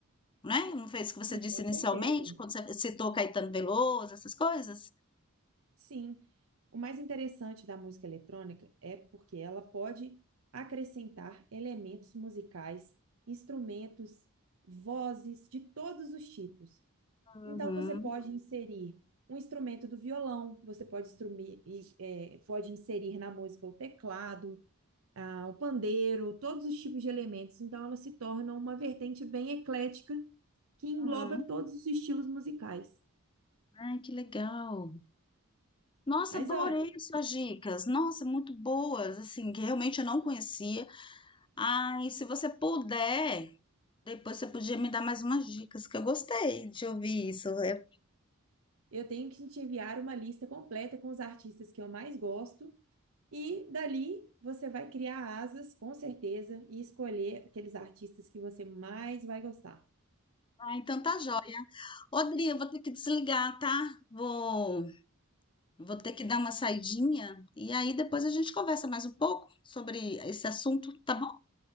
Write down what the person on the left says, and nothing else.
né? Não foi isso que você
disse
inicialmente,
quando você citou Caetano Veloso, essas coisas?
Uhum,
uhum.
Ai, que legal. Nossa,
adorei
suas dicas. Nossa, muito boas, assim, que realmente eu não conhecia. Ai, se você puder, depois você podia me dar mais umas dicas, que eu gostei de ouvir isso. É-
Ah, então tá joia. Odri, eu vou ter que desligar, tá? Vou, vou ter que dar uma saidinha e aí depois a gente conversa mais um pouco sobre esse assunto, tá bom?